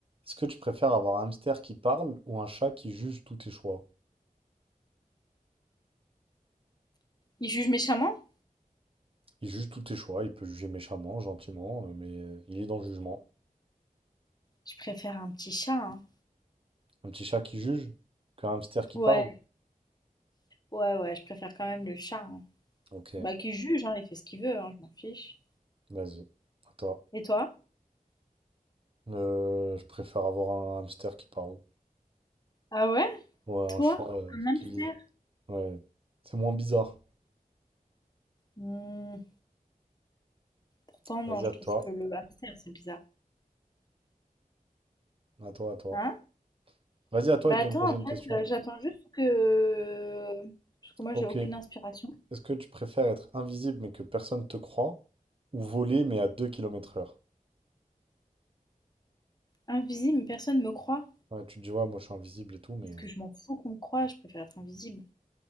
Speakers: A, on the right (about 40°); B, on the left (about 30°).
A: Est-ce que tu préfères avoir un hamster qui parle ou un chat qui juge tous tes choix?
B: Il juge méchamment?
A: Il juge tous tes choix, il peut juger méchamment, gentiment, euh, mais euh, il est dans le jugement.
B: Je préfère un petit chat, hein.
A: Un petit chat qui juge qu'un hamster qui
B: Ouais,
A: parle?
B: ouais, ouais, je préfère quand même le chat, hein.
A: Ok,
B: Bah, qu'il juge, hein, il fait ce qu'il veut, hein, je m'en fiche.
A: vas-y. Attends.
B: Et toi?
A: Euh, je préfère avoir un hamster qui parle.
B: Ah ouais?
A: Ouais, un
B: Toi?
A: chat euh,
B: Un hamster?
A: qui... Ouais, c'est moins bizarre.
B: Hmm, pourtant,
A: Vas-y,
B: non, je
A: à
B: trouve
A: toi.
B: que le hamster, c'est bizarre.
A: À toi, à toi.
B: Hein?
A: Vas-y, à toi
B: Bah
A: de
B: attends,
A: me poser
B: en
A: une
B: fait,
A: question.
B: euh, j'attends juste que... Parce que moi,
A: Ok.
B: j'ai aucune
A: Est-ce
B: inspiration.
A: que tu préfères être invisible mais que personne te croit ou voler mais à 2 kilomètres heure?
B: Invisible, personne me croit.
A: Ouais, tu tu vois, moi je suis invisible et tout, mais.
B: Est-ce que je m'en fous qu'on me croie? Je préfère être invisible.